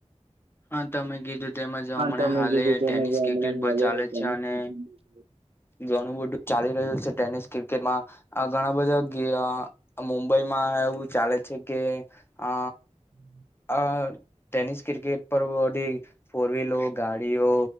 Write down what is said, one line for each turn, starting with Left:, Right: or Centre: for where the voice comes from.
Left: હા તમે કીધું તેમાં જ
Right: હા
Left: હમણાં
Right: તમે
Left: હાલે
Right: કીધું તેમ
Left: ટેનિસ
Right: જ હમણાં
Left: ક્રિકેટ બહુ ચાલે છે અને
Right: હવે
Left: ઘણું બધું ચાલી રહ્યું છે ટેનિસ ક્રિકેટમાં. ઘણા બધા કે મુંબઈમાં એવું ચાલે છે કે અ.
Right: <inaudible>
Left: આ ટેનિસ ક્રિકેટ પરઢ પૂરવી લોક. ગાડીઓ